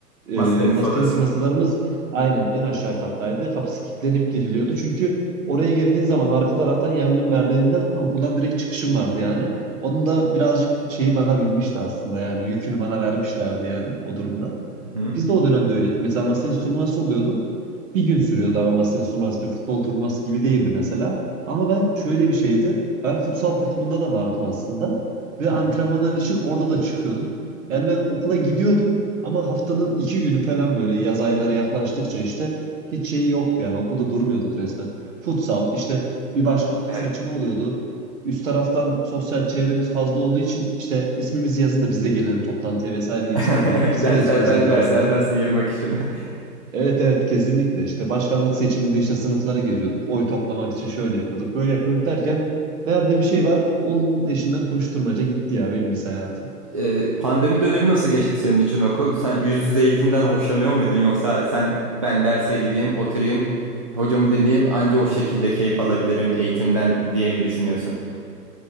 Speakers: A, on the right; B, on the right.
A: e,
B: Masa tenisi
A: masa
B: odasının.
A: tenisi masalarımız aynen en aşağı kattaydı. Kapısı kilitlenip giriliyordu. Çünkü oraya girdiğin zaman arka taraftan yangın merdiveninden okuldan direkt çıkışım vardı yani. Onun da birazcık şeyi bana binmişti aslında yani yükünü bana vermişlerdi yani o durumda.
B: Hı hı.
A: Biz de o dönemde öyleydi. Mesela masa tenisi turnuvası oluyordu. Bir gün sürüyordu ama masa tenisi turnuvası bir futbol turnuvası gibi değildi mesela. Ama ben şöyle bir şeydi. Ben futsal takımında da vardım aslında. Ve
B: Hı
A: antrenmanlar
B: hı.
A: için orada da çıkıyordum. Yani ben okula gidiyordum ama haftanın iki günü falan böyle yaz ayları yaklaştıkça işte hiç şeyi yoktu. Yani okulda durmuyorduk resmen. Futsal işte bir başkanlık
B: Evet.
A: seçimi oluyordu. Üst taraftan sosyal çevremiz fazla olduğu için işte ismimizi yazın da biz de gelelim toplantıya vesaire gibisinden
B: <laughs>
A: diyorduk. Bizim
B: Derslerden
A: de ismimizi yazıyorlardı.
B: derslerden sıyırmak için. <laughs>
A: Evet evet kesinlikle işte başkanlık seçiminde işte sınıfları geziyorduk. Oy toplamak için şöyle yapıyorduk böyle yapıyorduk derken nerede bir şey var onun peşinden koşturmaca gitti ya benim lise hayatım.
B: Ee, pandemi dönemi nasıl geçti senin için okul? Sen yüz yüze eğitimden hoşlanıyor muydun yoksa sen ben derse gideyim, oturayım, hocamı dinleyeyim anca o şekilde keyif alabilirim eğitimden diye mi düşünüyorsun?